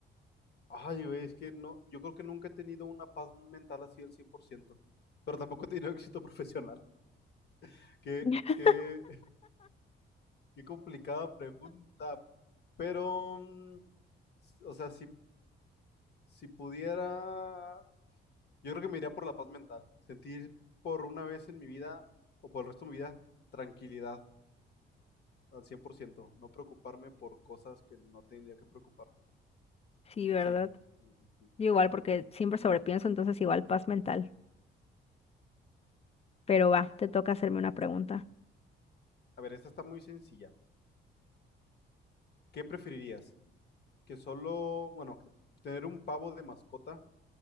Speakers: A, on the left; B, on the left.
A: Ay, güey, es que no, yo creo que nunca he tenido una paz mental así del cien por ciento. pero tampoco he tenido éxito profesional. <laughs> Qué,
B: <laughs>
A: qué, qué complicada pregunta, pero, mm, s- o sea, si, si pudiera, yo creo que me iría por la paz mental, sentir por una vez en mi vida o por el resto de mi vida tranquilidad al 100%. no preocuparme por cosas que no tendría que preocuparme.
B: sí, ¿verdad?
A: Sí, sí.
B: Yo igual, porque siempre sobrepienso, entonces igual paz mental. Pero va, te toca hacerme una pregunta.
A: A ver, esta está muy sencilla. ¿Qué preferirías? que solo, bueno, que tener un pavo de mascota